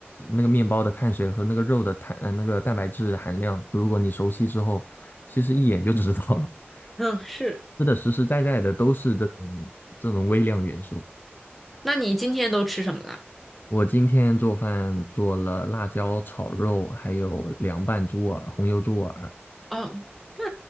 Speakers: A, on the left (about 50°); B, in the centre.
A: 那个面包的碳水和那个肉的碳呃那个蛋白质含量，如果你熟悉之后，其实一眼就知道了，<laughs>
B: <laughs> 嗯，是。
A: 吃的实实在在的都是这种这种微量元素。
B: 那你今天都吃什么了？
A: 我今天做饭做了辣椒炒肉，还有凉拌猪耳、红油猪耳，
B: 哦，那